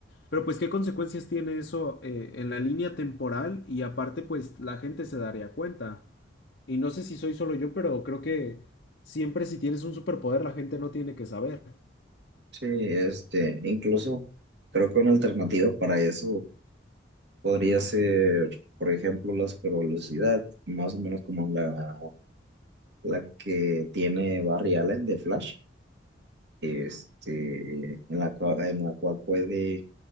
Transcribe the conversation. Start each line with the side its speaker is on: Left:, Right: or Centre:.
Left: pero pues qué consecuencias tiene eso eh, en la línea temporal y aparte pues la gente se daría cuenta. Y no sé si soy solo yo, pero creo que siempre si tienes un superpoder la gente no tiene que saber.
Right: Sí, este, incluso creo que una alternativa para eso podría ser, por ejemplo, la supervelocidad, más o menos como la, la que tiene Barry Allen de Flash, este, en la, cua- en la cual puede,